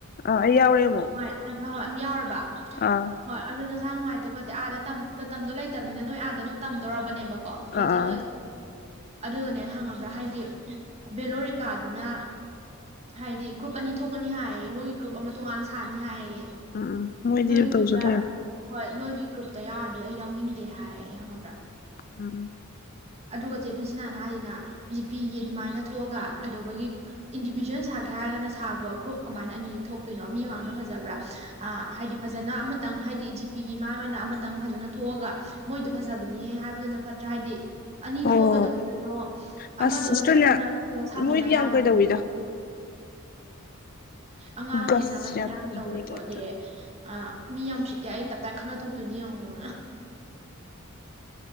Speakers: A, on the left; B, on the right.
A: ꯑꯥ ꯑꯩ ꯌꯥꯎꯔꯦ ꯑꯃꯨꯛ
B: ꯍꯣꯏ ꯍ ꯍꯣꯏ ꯌꯥꯎꯔꯕ
A: ꯑꯥ
B: ꯍꯣꯏ ꯑꯗꯨꯅ ꯃꯁꯥ ꯅꯨꯡꯉꯥꯏꯇꯦ ꯈꯣꯠꯇꯦ ꯑꯥꯗ ꯇ ꯃꯇꯝꯗꯣ ꯂꯩꯇꯕꯅꯤꯅ ꯅꯣꯏ ꯑꯥꯗ ꯑꯗꯨꯝ ꯇꯝꯗꯣꯔꯔꯕꯅꯦꯕꯣ ꯀꯣꯁꯂꯦ
A: ꯑꯥ
B: ꯆꯗ
A: ꯑꯥ
B: ꯑꯗꯨꯒꯅꯦ ꯍꯪꯉꯕ꯭ꯔꯥ ꯍꯥꯏꯗꯤ ꯕꯦꯂꯣꯔꯤꯀꯥꯗꯨꯅ ꯍꯥꯏꯗꯤ ꯒ꯭ꯔꯨꯞ ꯑꯅꯤ ꯊꯣꯛꯀꯅꯤ ꯍꯥꯏꯌꯦ ꯃꯣꯏꯒꯤ ꯒ꯭ꯔꯨꯞ ꯑꯃ ꯇꯣꯉꯥꯟꯅ ꯁꯥꯅꯤ ꯍꯥꯏꯌꯦ
A: ꯎꯝ ꯃꯣꯏꯗꯤꯁꯨ
B: ꯅꯣꯏꯒꯤ
A: ꯇꯧꯁꯨ
B: ꯒ꯭ꯔꯨꯞꯇ
A: ꯇꯔ
B: ꯍꯣꯏ ꯅꯣꯏꯒꯤ ꯒ꯭ꯔꯨꯞꯇ ꯌꯥꯎꯔꯗꯤ ꯑꯩ ꯌꯥꯎꯅꯤꯡꯗꯦ ꯍꯥꯏ ꯍꯪꯉꯕ꯭ꯔꯥ
A: ꯎꯝ
B: ꯑꯗꯨꯒ ꯆꯦꯐꯤꯁꯤꯅꯥꯅ ꯍꯥꯏꯁꯤꯅ ꯖꯤꯄꯤꯒꯤ ꯑꯗꯨꯃꯥꯏꯅ ꯊꯣꯛꯑꯒ ꯀꯩꯗꯧꯕꯒꯤ ꯏꯟꯗꯤꯕꯤꯖꯨꯋꯦꯜ ꯁꯥꯒꯦ ꯍꯥꯏꯔꯒꯅ ꯁꯥꯈ꯭ꯔꯣ ꯒ꯭ꯔꯨꯞ ꯀꯃꯥꯏꯅ ꯑꯅꯤ ꯊꯣꯛꯇꯣꯏꯅꯣ ꯃꯤ ꯃꯅ ꯐꯖꯕ꯭ꯔꯥ ꯍꯥꯏꯗꯤ ꯐꯖꯅ ꯑꯃꯇꯪ ꯍꯥꯏꯗꯤ ꯖꯤꯄꯤꯒꯤ ꯃꯥ ꯑꯣꯏꯅ ꯑꯃꯇꯪ ꯐꯖꯅ ꯊꯣꯛꯑꯒ ꯃꯣꯏꯗꯣ ꯐꯖꯕꯅꯤꯍ ꯍꯥꯏꯕꯗꯨꯅ ꯐꯠꯇ꯭ꯔꯥ ꯍꯥꯏꯕꯗꯤ ꯑꯅꯤ
A: ꯍꯣꯏ
B: ꯊꯣꯛꯀꯗꯧꯗꯣꯏꯅꯣ
A: ꯍꯣꯏ ꯍꯣꯏ
B: ꯑꯃꯗ
A: ꯑꯁ
B: ꯑꯣꯏꯅ
A: ꯑꯁꯇ꯭ꯔꯦꯂꯤꯌꯥ
B: ꯄꯨꯟꯅ ꯀ ꯁꯥꯃꯤꯟꯅ
A: ꯃꯣꯏꯗꯤ
B: ꯌꯥꯕꯗꯨꯒꯤ
A: ꯌꯥꯝ ꯀꯩꯗꯧꯋꯤꯗ
B: ꯈꯣꯠꯄꯗꯨ ꯑꯉꯥꯡꯅꯦꯅ
A: ꯒꯁ
B: ꯀꯩꯅꯣ ꯌꯥꯝ
A: ꯂꯩꯕꯅꯤ
B: ꯇꯧꯋꯦ ꯈꯣꯠꯂ
A: ꯇꯥꯏꯞꯇ
B: ꯑ ꯃꯤ ꯌꯥꯝꯁꯤꯠꯇꯦ ꯑꯩ ꯇꯞꯄꯥꯛꯥꯏ ꯈꯠꯟꯅ ꯊꯣꯛꯇꯣꯏꯅꯤ ꯌꯦꯡꯉꯨ